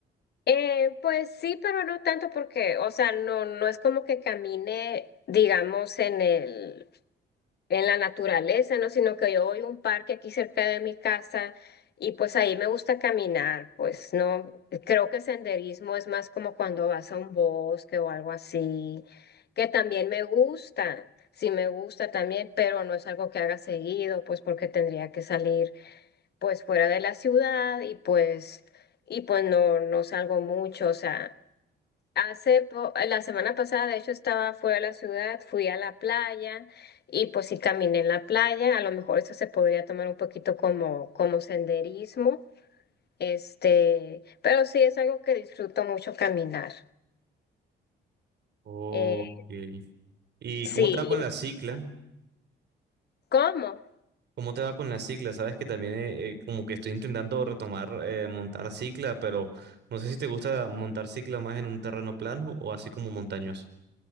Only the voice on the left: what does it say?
Eh, pues sí, pero no tanto porque, o sea, no, no es como que camine, digamos, en el, en la naturaleza, ¿no? Sino que yo voy a un parque aquí cerca de mi casa y pues ahí me gusta caminar, pues no, creo que senderismo es más como cuando vas a un bosque o algo así, que también me gusta. Sí me gusta también, pero no es algo que haga seguido, pues porque tendría que salir pues fuera de la ciudad y pues y pues no no salgo mucho, o sea, Hace po- la semana pasada, de hecho, estaba fuera de la ciudad, fui a la playa y pues sí caminé en la playa. A lo mejor eso se podría tomar un poquito como, como senderismo, este, pero sí es algo que disfruto mucho caminar.
Eh,
sí,
¿y
cómo?